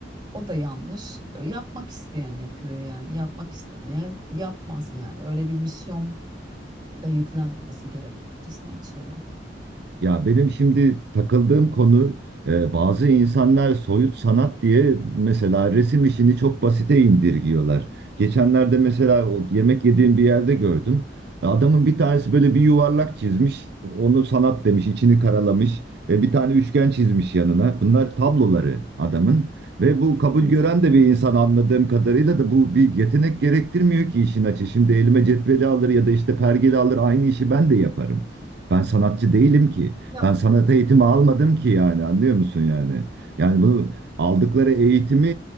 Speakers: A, on the right (about 25°); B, on the right (about 65°).
A: o da yanlış. Yapmak isteyen yapıyor yani. Yapmak istemeyen yapmaz yani. Öyle bir misyon da yüklenmemesi gerek bence sanatçılara.
B: Ya benim şimdi takıldığım konu e, bazı insanlar soyut sanat diye mesela resim işini çok basite indirgiyorlar. Geçenlerde mesela o yemek yediğim bir yerde gördüm. Adamın bir tanesi böyle bir yuvarlak çizmiş, onu sanat demiş, içini karalamış. E, bir tane üçgen çizmiş yanına. Bunlar tabloları adamın ve bu kabul
A: <laughs>
B: gören de bir insan anladığım kadarıyla da bu bir yetenek gerektirmiyor ki işin açığı. Şimdi elime cetveli alır ya da işte pergeli alır aynı işi ben de yaparım. Ben sanatçı değilim ki.
A: Ya
B: Ben sanat eğitimi almadım ki yani anlıyor musun yani? Yani bunu aldıkları eğitimi